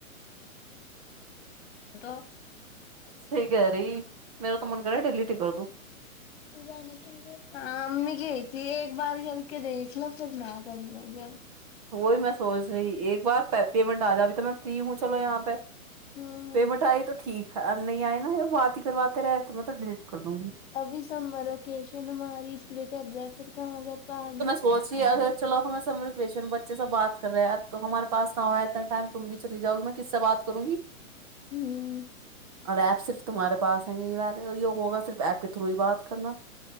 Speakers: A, on the left; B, on the right.
A: <unintelligible>
B: صحیح کہہ رہی میرا تو من کر رہا ڈیلیٹ ہی کر دو
A: پزا نا کہ ہاں امی کہہ تھی ایک بار کر کے دیکھ لو پھر نہ کر لو گیا
B: وہی میں سوچ رہی ایک بار ثا پیمنٹ آ جا اے تو میں فری ہوں چلو یہاں پے
A: ہوں
B: پیمنٹ آئی تو ٹھیک ہے نہیں آئے نا بات ہی کرواتے رہے تو میں تو ڈیلیٹ کردوں گی
A: ابھی سمر وکیشن ہماری اس لیے کر رہا ہے فیر کہاں گر پے آگے
B: <unintelligible> پھر ہم بچے سے بات کر رہے تو ہمارے پاس نہ ہو ہے اتنا ٹائم تم بھی چلی جاؤ گی میں کس سے بات کروں گی
A: ہمم
B: اور ایپ صرف تمہارے پاس ہیں یے والے اور یے ہوگا صرف ایپ کے تھرو ہی بات کرنا